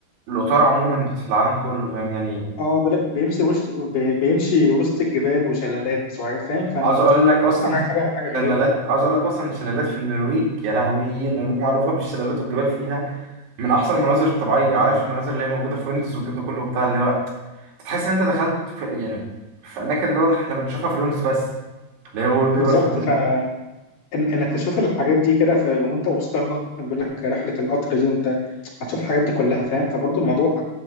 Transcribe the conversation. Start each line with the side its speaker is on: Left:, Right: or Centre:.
Right: القطار عموما في العالم كله فاهم يعني
Left: اه بيقول لك بيمشي وسط بي- بيمشي وسط الجبال وشلالات وحاجات فاهم فانا
Right: عاوز اقول لك اصلا
Left: حاسسها حاجة حاجة حاجة
Right: شلالات
Left: غريبة
Right: عاوز اقول لك اصلا الشلالات في النرويج يا لهوي النرويج معروفه بالشلالات والجبال فيها من احسن المناظر الطبيعيه عارف المناظر اللي هي موجوده في ويندوز والجو ده كله بتاع اللي هو تحس ان انت دخلت في يعني في اماكن اللي هو احنا بنشوفها في ويندوز بس اللي هي وول بيبر
Left: بالظبط
Right: في ويندوز
Left: فانك تشوف الحاجات دي كده في- وانت وسطها بيقول لك رحلة القطر دي وانت هتشوف الحاجات دي كلها فاهم فبرضه الموضوع